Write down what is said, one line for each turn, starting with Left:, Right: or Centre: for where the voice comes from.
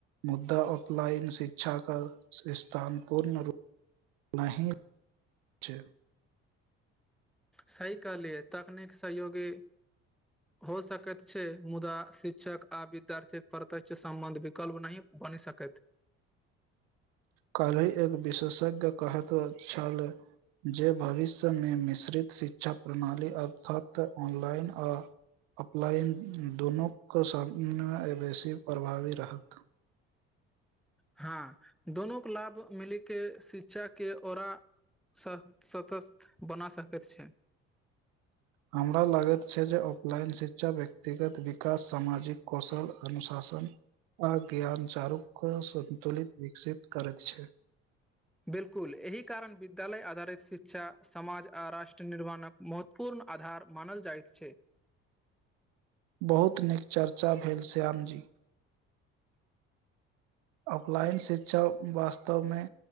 Right: मुद्दा ऑफलाइन शिक्षा क स्थान पूर्ण रूप नहि छै
Centre: सही कलिय तकनीक सहयोगी हो सकैत छै मुदा शिक्षक आ विद्यार्थी प्रत्ष सम्बंध विकल्प नहि बनी सकत
Right: काल्हि एक विशेषज्ञ कहत छल जे भविष्यमे मिश्रित शिक्षा प्रणाली अर्थात ऑनलाइन आ अपलाइन दुनूके सममे बेसी प्रभावी रहत
Centre: हँ दोननो को लाभ मिली के शिक्षा के औरा स सतसथ बना सकैत छै
Right: हमरा लागैत छै जे ऑफलाइन शिक्षा व्यक्तिगत विकास सामाजिक कौशल अनुशासन आ ज्ञान चारूख सतुलित विकसित करैत छै
Centre: बिलकुल एहि कारण विद्यालय आधारित शिक्षा समाज आ राष्ट्र निर्माणक महत्व पूर्ण आधार मानल जाइत छै
Right: बहुत नीक चर्चा भेल श्यामजी ऑफलाइन शिक्षा वास्तव मे